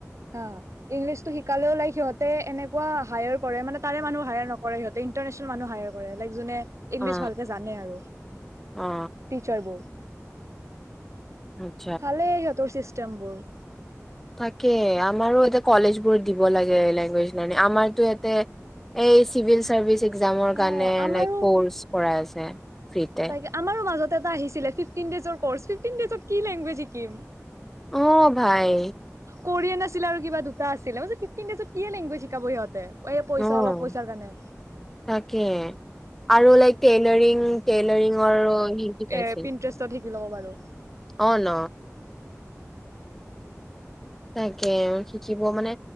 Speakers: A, on the right; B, in the centre.
A: অ ইংলিছটো শিকালেও লাইক সিহঁতে এনেকুৱা হায়াৰ কৰে মানে তাৰে মানুহ হায়াৰ নকৰে সিহঁত ইণ্টাৰনেচনেল মানুহ হায়াৰ কৰে লাইক যোনে ইংলিছ
B: অ
A: ভালকে জানে আৰু
B: অ
A: টিচাৰবোৰ
B: উম
A: ভালেই সিহঁতৰ চিষ্টেম বোৰ
B: তাকে আমাৰো এতিয়া কলেজবোৰত দিব লাগে লেংগুৱেজ লাৰ্নিং আমাৰটো এইয়াতে এই চিভিল চাৰ্ভিচ একজামৰ
A: অ
B: কাৰণে
A: আমাৰো
B: লাইক কৰ্চ কৰাই আছে ফ্ৰীতে।
A: তাকে আমাৰো মাজত এটা আহিছিলে ফিফটিন ডেইছৰ কৰ্চ ফিফটিন ডেইজত কি লেংগুৱেজ শিকিম।
B: অ ভাই
A: কৰিয়ান আছিলে আৰু কিবা দুটা আছিলে মই ভাবিছোঁ ফিফটিন ডেইজত কি লেংগুৱেজ শিকাব সিহঁতে এই পইচা
B: অ'
A: অলপ পইচাৰ কাৰণে
B: তাকে আৰু লাইক টেইলাৰিং টেইলাৰিংৰ আৰু সি কি পাইছে।
A: হেপী ইণ্টাৰেষ্টত শিকি ল'ব পাৰো।
B: অ ন তাকে অ শিকিব মানে